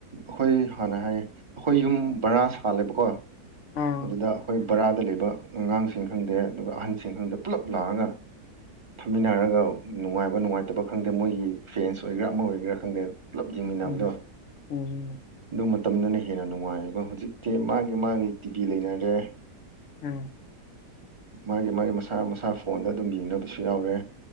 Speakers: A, on the right; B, on the left.
A: ꯑꯈꯣꯏ ꯍꯥꯟꯅ ꯍꯥꯏꯌꯦ ꯑꯈꯣꯏ ꯌꯨꯝ ꯕꯔꯥ ꯁꯥꯜꯂꯦꯕꯀꯣ
B: ꯑꯥ
A: ꯑꯗꯨꯗ ꯑꯈꯣꯏ ꯕꯔꯥꯗ ꯂꯩꯕ ꯑꯉꯥꯡꯁꯤꯡ ꯈꯪꯗꯦ ꯑꯗꯨꯒ ꯑꯍꯟꯁꯤꯡ ꯈꯪꯗꯦ ꯄꯨꯜꯂꯞ ꯂꯥꯛꯑꯒ ꯐꯝꯃꯤꯟꯅꯔꯒ ꯅꯨꯡꯉꯥꯏꯕ ꯅꯨꯡꯉꯥꯏꯇꯕ ꯈꯪꯗꯦ ꯃꯣꯏꯒꯤ ꯐꯦꯟꯁ ꯑꯣꯏꯒꯦꯔꯥ ꯑꯃ ꯑꯣꯏꯒꯦꯔꯥ ꯈꯪꯗꯦ ꯄꯨꯂꯞ ꯌꯦꯡꯃꯤꯟꯅꯕꯗꯣ
B: ꯎꯝ ꯎꯝ
A: ꯑꯗꯨ ꯃꯇꯝꯗꯨꯅ ꯍꯦꯟꯅ ꯅꯨꯡꯉꯥꯏꯌꯦꯕ ꯍꯧꯖꯤꯛꯇꯤ ꯃꯥꯒꯤ ꯃꯥꯒꯤ ꯇꯤꯚꯤ ꯂꯩꯅꯔꯦ
B: ꯎꯝ
A: ꯃꯥꯒꯤ ꯃꯥꯒꯤ ꯃꯁꯥ ꯃꯁꯥ ꯐꯣꯟꯗ ꯑꯗꯨꯝ ꯌꯦꯡꯅꯕꯁꯨ ꯌꯥꯎꯔꯦ